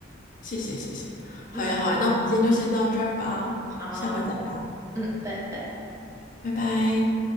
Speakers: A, on the left (about 45°); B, on the right (about 15°).
A: 谢谢谢谢，好呀好呀，
B: 嗯，
A: 那我们今天就先到这儿吧，
B: 好。
A: 下回再聊，
B: 嗯，拜拜。
A: 拜拜。